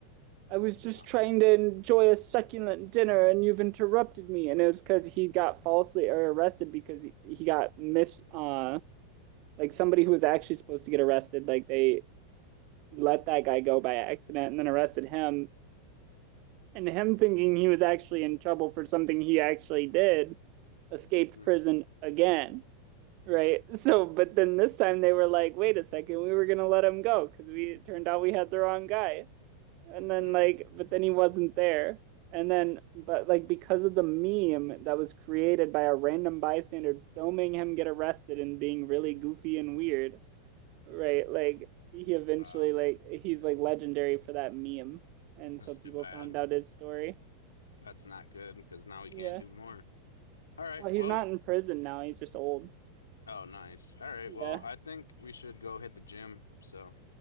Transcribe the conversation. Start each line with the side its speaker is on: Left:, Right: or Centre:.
Right: I was just
Left: Wow.
Right: trying to enjoy a succulent dinner and you've interrupted me. And it was because he got falsely or arrested because he, he got mis, uh, like somebody who was actually supposed to get arrested, like they let that guy go by accident and then arrested him and him thinking he was actually in trouble for something he actually did, escaped
Left: Hmm.
Right: prison again, right? <laughs> So, but then this time they were like, wait a second, we were gonna let him go because we it turned out we had the wrong guy. And then
Left: Hmm.
Right: like, but then he wasn't there. And then, but like because of the meme that was created by a random bystander filming him get arrested and being really goofy and weird, right? Like he eventually
Left: Uh,
Right: like he's like legendary for that meme. And
Left: that's
Right: so people
Left: too bad.
Right: found out his story.
Left: That's not good because now we
Right: Yeah.
Left: can't do more. All right.
Right: Well, he's
Left: Well,
Right: not in prison now. He's just old.
Left: oh, nice. All right.
Right: Yeah.
Left: Well, I think we should go hit the gym. So,